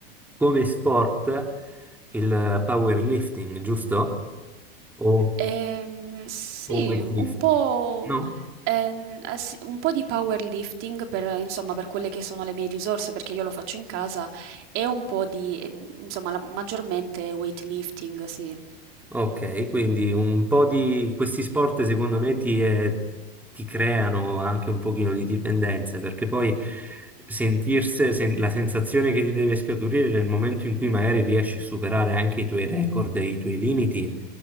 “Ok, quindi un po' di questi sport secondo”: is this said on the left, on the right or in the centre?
Centre